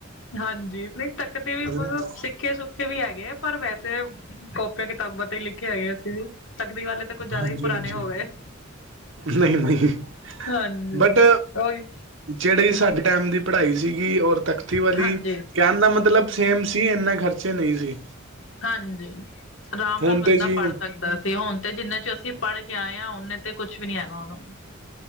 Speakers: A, on the left; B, on the right.
A: ਹਾਂਜੀ, ਨਹੀਂ ਤੱਕਤੀ ਵੀ ਮਤਲਬ
B: ਹਾਂ।
A: ਸਿੱਖੇ ਸੁਖੇ ਵੀ ਹੈਗੇ, ਪਰ ਵੈਸੇ ਕਾੱਪੀਆਂ- ਕਿਤਾਬਾਂ ਤੇ ਹੀ ਲਿਖੇ ਹੈਗੇ ਅਸੀਂ ਵੀ। ਤਕਦੀ ਵਾਲੇ ਤਾਂ ਕੁੱਝ ਜ਼ਿਆਦਾ
B: ਹਾਂਜੀ
A: ਹੀ ਪੁਰਾਣੇ
B: ਹਾਂਜੀ
A: ਹੋ ਗਏ।
B: ਨਹੀਂ ਨਹੀਂ
A: ਹਾਂਜੀ
B: ਬਟ
A: ਉਹੀ।
B: ਜਿਹੜੀ ਸਾਡੇ ਟਾਈਮ ਦੀ ਪੜ੍ਹਾਈ ਸੀਗੀ, ਔਰ ਤਖ਼ਤੀ ਵਾਲੀ
A: ਹਾਂਜੀ
B: ਕਹਿਣ ਦਾ ਮਤਲਬ ਸੇਮ ਸੀ, ਇੰਨੇ ਖਰਚੇ ਨਹੀਂ ਸੀ।
A: ਹਾਂਜੀ, ਆਰਾਮ
B: ਹੁਣ
A: ਨਾਲ ਬੰਦਾ
B: ਤੇ ਜੀ
A: ਪੜ੍ਹ ਸਕਦਾ ਸੀ, ਹੁਣ ਤੇ ਜਿੰਨਾ 'ਚ ਅਸੀਂ ਪੜ੍ਹ ਕੇ ਆਏ ਹਾਂ, ਉਹਨੇ ਤੇ ਕੁੱਛ ਵੀ ਨੀ ਹੈਗਾ ਹੁਣ।